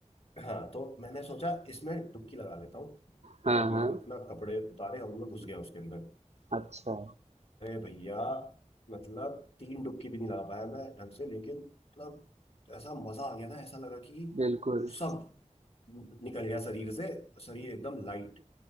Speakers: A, on the left; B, on the right.
A: हाँ तो मैंने सोचा इसमें डुबकी लगा लेता हूँ
B: हाँ
A: और
B: हाँ
A: मैं अपना कपड़े उतारे और मैं घुस गया उसके अंदर
B: अच्छा
A: अरे भैया मतलब तीन डुबकी भी नहीं लगा पाया मैं ढंग से लेकिन मतलब ऐसा मजा आ गया ना ऐसा लगा कि
B: बिल्कुल
A: सब निकल गया शरीर से शरीर एकदम लाइट